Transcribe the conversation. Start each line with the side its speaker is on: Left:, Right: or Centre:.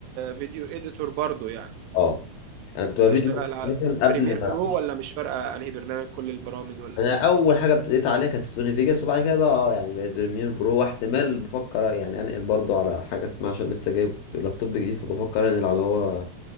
Right: بفيديو إديتور برضو يعني
Left: اه انا كنت بقى
Right: تشتغل
Left: فيديو
Right: على
Left: اساسا
Right: بريمير
Left: قبل
Right: برو
Left: ما اخش
Right: ولا مش فارقة أنهي برنامج كل البرامج ولا
Left: انا اول حاجه ابتديت عليها كانت سوني فيجاس وبعد كده بقى اه يعني بقيت بريمير برو واحتمال بفكر يعني انقل برضو على حاجه اسمها عشان لسه جايب لابتوب جديد فبفكر انقل على اللي هو